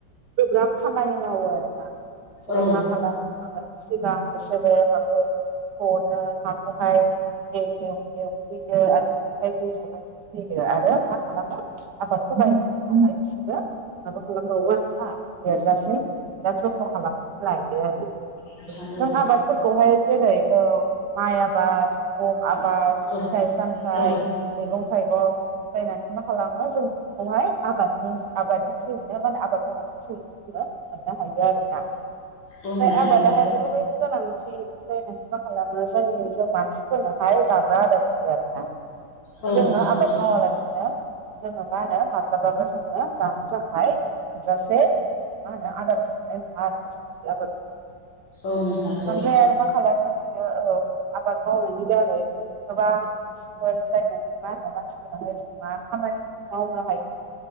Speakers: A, on the right; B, on the left.
A: गोब्राब खामानि खामानि मावो आरोना बिसोरो
B: औ
A: मा खालामो आबाद सिगां बिसोरो हाखौ हनो हाखौहाय एव एव एव <unintelligible> यो आरो मा खालामो आबादखौ गायनायनि उनावहाय बिसोरो माबा खालामबावो आरो हा देरजासिम बिराद जथ्न' खालामनानै लायो आरो
B: नोंथां
A: जों
B: औ
A: आबादफोरखौहाय जेरै औ माइ आबाद गम आबाद
B: औ
A: फिथाइ सामथाइ
B: औ
A: मैगं थाइगं जायनाखि मा खालामो जों बेफोरखौहाय आबादनि आबादनि थ्रुयैनो माने आबाद मावनायनि थ्रुयैनो जोङो मोननो हायो आरोना ओमफ्राय
B: औ नोंथां
A: आबादाहाय
B: औ
A: ओरैबायदि गोनां दि जायनाखि मा खालामो जोंनि जों मानसिफोरनोहाय जाग्रा आदार होयो आरो ना
B: औ
A: जोङो
B: नोंथां
A: आबाद
B: औ
A: मावालासिनो जोङो मा होनो माब्लाबाबो जोङो जानो थाखाय थोजासे मा होनो आदारखौ मोननाय नङा आरो ना जों <unintelligible>
B: औ नोंथां औ
A: ओमफ्राय आरो मा खालामोन यो औ आबाद मावनायनि दारै गोबां मानसिफोर <unintelligible> मा होनो मानसिफोराहाय जों मा खामानि मावनो हायो